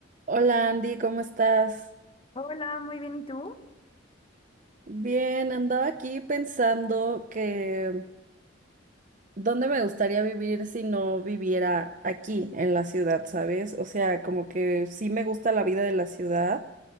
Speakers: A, on the right (about 40°); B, on the left (about 30°).
A: Hola Andy, ¿cómo estás?
B: Hola, muy bien, ¿y tú?
A: Bien, andaba aquí pensando que dónde me gustaría vivir si no viviera aquí en la ciudad, ¿sabes? O sea, como que sí me gusta la vida de la ciudad,